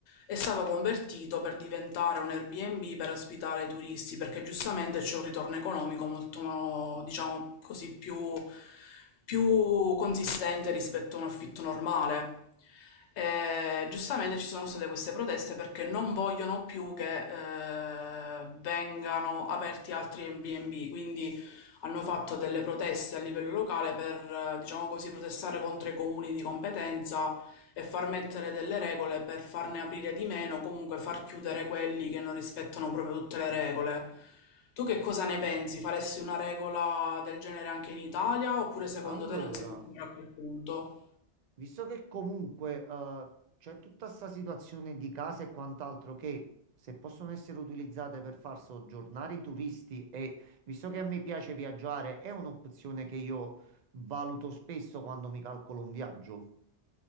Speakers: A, on the left; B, on the right.
A: è stato convertito per diventare un Airbnb per ospitare i turisti, perché giustamente c'è un ritorno economico molto, diciamo così, più, più consistente rispetto a un affitto normale. E, giustamente ci sono state queste proteste perché non vogliono più che eh, vengano aperti altri Airbnb, quindi hanno fatto delle proteste a livello locale per, eh, diciamo così, protestare contro i comuni di competenza e far mettere delle regole per farne aprire di meno, comunque far chiudere quelli che non rispettano proprio tutte le regole. Tu che cosa ne pensi? Faresti una regola del genere anche in Italia oppure secondo
B: Allora,
A: te non siamo ancora a quel punto?
B: visto che comunque eh, c'è tutta sta situazione di case e quant'altro che se possono essere utilizzate per far soggiornare i turisti e visto che a me piace viaggiare, è un'opzione che io valuto spesso quando mi calcolo un viaggio.